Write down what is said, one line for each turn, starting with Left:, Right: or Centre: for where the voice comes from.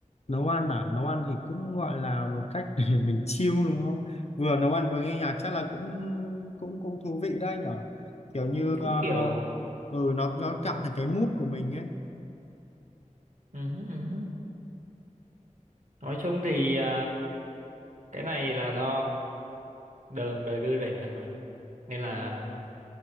Left: nấu ăn à nấu ăn thì cũng gọi là một cách <laughs> để mình chill đúng không vừa nấu ăn vừa nghe nhạc chắc là cũng cũng cũng thú vị đấy nhở kiểu
Right: Ừ,
Left: như ờ,
Right: cũng kiểu
Left: ừ nó nó cạn thành cái mood của mình ấy
Right: ừ, ừ. nói chung thì à, cái này là do đường đời đưa đẩy rồi mà nên là